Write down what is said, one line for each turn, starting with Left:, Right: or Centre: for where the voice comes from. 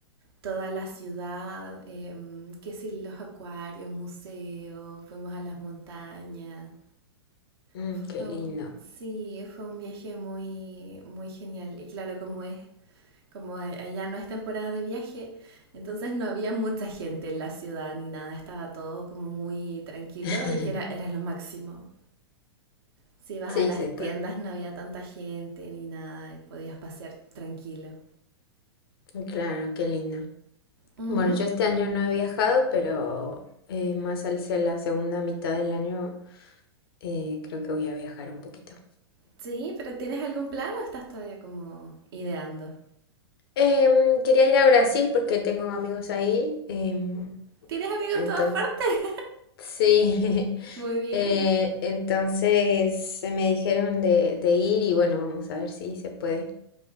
Right: toda la ciudad, em, qué sé, los acuarios, museos, fuimos a las montañas.
Left: Mm,
Right: Fue
Left: qué lindo.
Right: un- sí, fue un viaje muy, muy genial. Y claro, como es Como a- allá no es temporada de viaje, entonces no había mucha gente en la ciudad ni nada, estaba todo como muy tranquilo
Left: <laughs>
Right: y que era, era lo máximo. Si ibas
Left: Sí,
Right: a las
Left: sí,
Right: tiendas
Left: pues,
Right: no había tanta gente ni nada y podías pasear tranquilo.
Left: claro, qué lindo.
Right: Ujú.
Left: Bueno, yo este año no he viajado, pero eh, más al ser la segunda mitad del año, eh, creo que voy a viajar un poquito.
Right: Sí, pero ¿tienes algún plan o estás todavía como ideando?
Left: Em, quería ir a Brasil porque tengo amigos ahí. em,
Right: ¿Tienes amigos
Left: entonces,
Right: en todas partes?
Left: sí.
Right: <laughs> Muy
Left: <laughs>
Right: bien.
Left: eh, entonces eh, me dijeron de, de ir y bueno, vamos a ver si se puede,